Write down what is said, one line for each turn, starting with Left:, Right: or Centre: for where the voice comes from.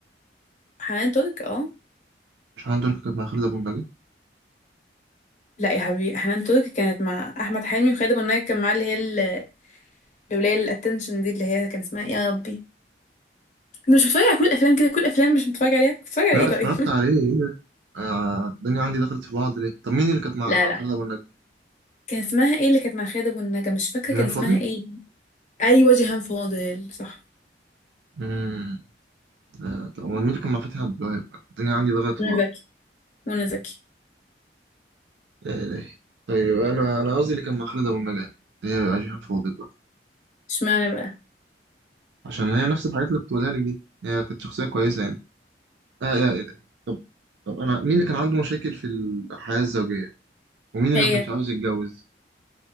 Left: حنان ترك اه
Right: مش عنده اللي كانت مع خالد ابو النجا
Left: لا يا حبيبي حنان ترك كانت مع أحمد حلمي وخالد أبو النجا كان معاه اللي هي ال- الولاية الاتنشن دي اللي هي كان اسمها إيه يا ربي أنا مش بتفرج على كل الأفلام كده كل الأفلام مش بتفرج عليها بتفرج على
Right: لا
Left: إيه
Right: اتفرجت
Left: طيب
Right: عليه
Left: <laughs>
Right: ايه ده آه الدنيا عندي دخلت في بعض ليه طب مين اللي كانت مع
Left: لا لا
Right: خالد ابو النجا
Left: كان اسمها ايه اللي كانت مع خالد ابو النجا مش فاكره
Right: جيهان
Left: كان اسمها
Right: فاضل
Left: ايه ايوه جيهان فاضل صح
Right: امم آه طب امال مين اللي كان مع فتحي عبد الوهاب الدنيا عندي دخلت في
Left: منى
Right: بعض
Left: زكي منى زكي
Right: لا اله طيب انا انا قصدي اللي كان مع خالد ابو النجا اللي هي بقى جيهان فاضل بقى
Left: اشمعنى بقى
Right: عشان هي نفس الحاجات اللي كنت بقولها لك دي هي كانت شخصيه كويسه يعني اه يا اله طب طب انا مين اللي كان عنده مشاكل في الحياه الزوجيه ومين اللي
Left: هي
Right: ما كانش عاوز يتجوز